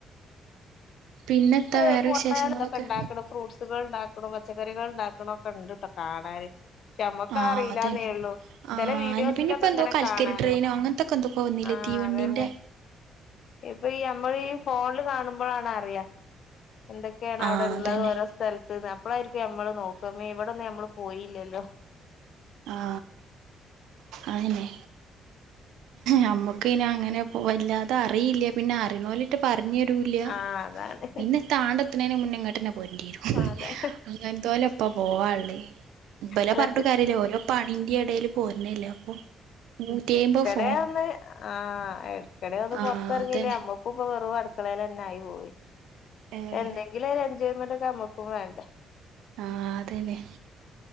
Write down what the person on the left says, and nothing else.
<unintelligible>
പോയാൽ
തൊക്കെ ഉണ്ടാക്കണം ഫ്രൂട്ട്സുകൾ ഉണ്ടാക്കണം. പച്ചക്കറികൾ ഉണ്ടാക്കണം. ഒക്കെണ്ട് ട്ടോ കാണാന്. ശേ മ്മക്ക്
അറിയില്ലാന്നേ
ള്ളൂ.
ചില വീഡിയോസിലൊക്കെങ്ങനെ
കാണാലോ.
ആഹ്
അതന്നെ ഇപ്പൊ ഈ നമ്മൾ ഈ ഫോണില് കാണുമ്പോഴാണ് അറിയാ. എന്തൊക്കെയാണ്
അവിടെള്ളത്
ഓരോ സ്ഥലത്ത്ന്ന് അപ്പളായിരിക്കും നമ്മള് നോക്കുന്നെ ഇവിടൊന്നും നമ്മൾ പോയില്ലല്ലോ.
ആഹ് അതാണ്
ആഹ് അതന്നെ
അല്ല
വേറൊന്ന് ആഹ് എടക്കെടെ ഒന്ന്
പുറത്തിറങ്ങില്ലേ
നമ്മ ഇപ്പപ്പം വെറും അടുക്കളയിൽ തന്നെ ആയി പോയി
എന്തെങ്കിലും ഒരു എൻജോയ്മെന്റ് ഒക്കെ നമ്മുക്കും വേണ്ടേ?